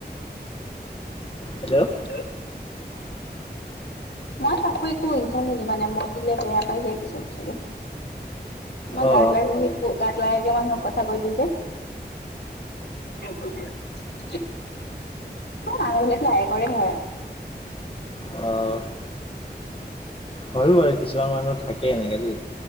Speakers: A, on the left; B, on the left.
A: হেল্ল'
B: হে অ মই তাকো একো ইনচাল মানে মই দিলে বেয়া পাই যে যিহেতু মই
A: অ অ
B: গাত লাগাকে গাত লাগাকে মানুহক কথা কৈ দিয়ো যে কিয় কৈ দিয়া সেই মানুহ বিলাক লাইকৰে হয়
A: অহ হয়ো বাৰু কিছুমান মানুহ থাকে এনেকা দেই